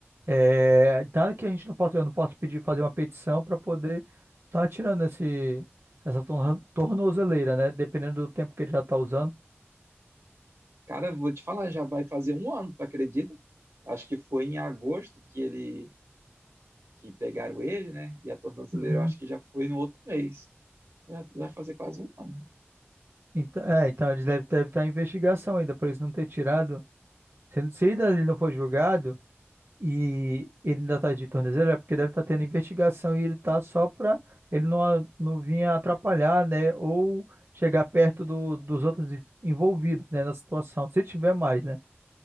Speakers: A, on the right; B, on the right.
A: é, nada que a gente não possa, eu não posso pedir fazer uma petição para poder estar tirando esse, essa torno- tornozeleira, né? Dependendo do tempo que ele já está usando.
B: Cara, vou te falar, já vai fazer um ano, tu acredita? Acho que foi em agosto que ele, que pegaram ele, né? E a tornozeleira
A: Uhum.
B: eu acho que já foi no outro mês. Já já vai fazer quase um ano.
A: Então, é, então eles devem, devem estar em investigação ainda, por eles não ter tirado. Se, se ainda ele não for julgado e ele ainda está de tornozelo, é porque deve estar tendo investigação e ele está só para ele não, a- não vir atrapalhar, né? Ou chegar perto do- dos outros envolvidos, né, na situação. Se tiver mais, né?